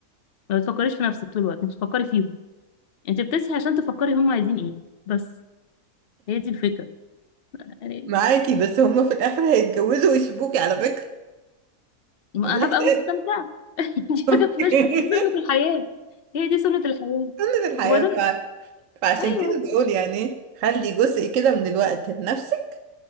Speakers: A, on the left; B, on the right.
A: ما بتفكريش في نفسك طول الوقت انت بتفكري فيهم انت بتصحي عشان تفكري هم عايزين ايه بس هي دي الفكرة يعني
B: معاكي بس هما في الاخر هيتجوزوا ويسيبوكي على فكرة
A: ما
B: عاملة حساب
A: هبقى مستمتعة <laughs> دي
B: <laughs>
A: حاجة فلاش دي سنة الحياة هي دي سنة الحياة
B: سنة الحياة
A: وبعدين
B: ف... فعشان
A: ايوه
B: كده بقول يعني خلي جزء كده من الوقت لنفسك